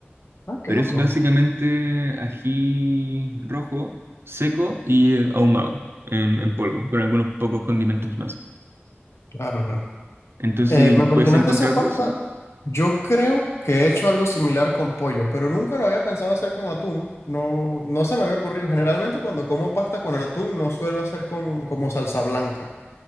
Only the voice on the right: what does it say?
Pero
es básicamente ají rojo, seco y eh, ahumado en, en polvo, con algunos pocos condimentos más.
Entonces,
¿puedes encontrar
de eso?